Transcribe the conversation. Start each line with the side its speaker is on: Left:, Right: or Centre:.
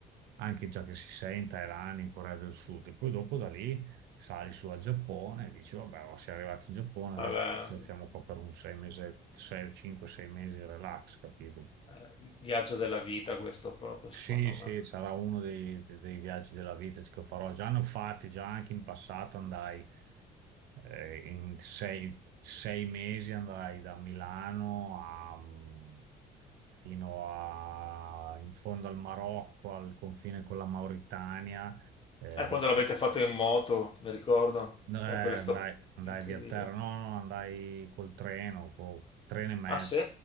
Right: anche già che si sente in Thailandia, in Corea del Sud. E poi dopo da lì sali su al Giappone e dici, vabbè, oh, siamo arrivati in Giappone,
Left: Vabbè,
Right: adesso ci piazziamo qua per un sei mesi, sei, cinque, sei mesi, relax, capito?
Left: eh, il viaggio della vita questo proprio, secondo
Right: Sì,
Left: me.
Right: sì, sarà uno dei, dei viaggi della vita che farò. Già ne ho fatti, già anche in passato andai eh, in sei, sei mesi andai da Milano a- mm, fino a, in fondo al Marocco, al confine con la Mauritania, eh,
Left: Eh,
Right: vi-
Left: quando l'avete fatto in moto, mi ricordo.
Right: No, eh,
Left: Eh, quella è
Right: andai,
Left: stata
Right: andai
Left: incredibile.
Right: via terra, no, no, andai col treno, col treno e mezzo.
Left: Ah, sì?